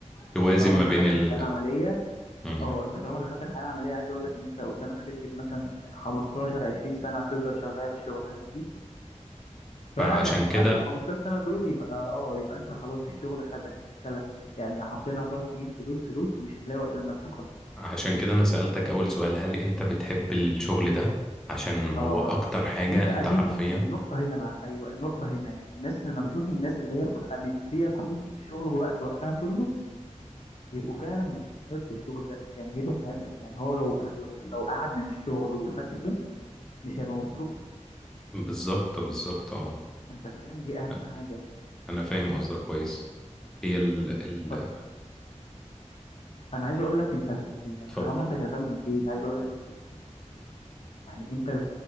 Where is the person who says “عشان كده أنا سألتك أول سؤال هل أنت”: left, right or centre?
Centre